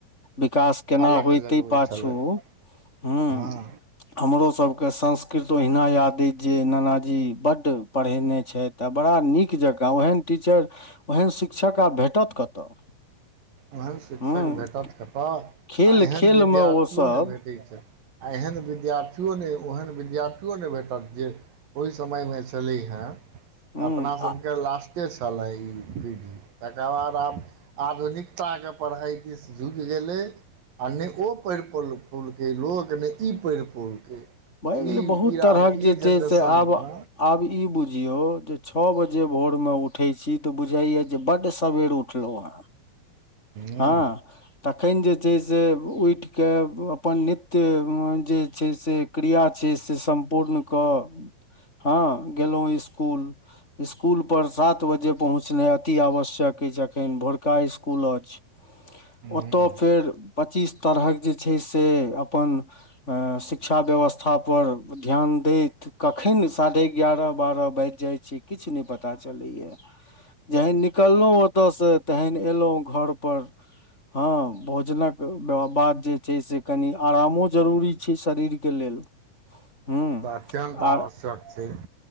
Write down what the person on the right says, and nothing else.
अलख
जगबै
छलथि
हँ
ओहन शिक्षक
भेटत कतऽ
आ एहन
विद्यार्थियो
नहि भेटत भेटैत छै आ एहन विद्यार्थियओ नहि ओहन विद्यार्थथिओ नहि भेटत जे ओहि समयमे छलै हेँ
अपनासभके
लास्टे छलय ई पीढ़ी तकर बाद आब आधुनिक कता कऽ पढ़ाइ दिस झुकि गेलै आ नहि ओ पढ़ि पढ़ पौलके लोक नहि ई पढ़ि पौलकै ई
ईरामे
ई
जेनरेशनमे
हुँ
हुँ
ओ
ओ तऽ अत्यन्त आवश्यक
छै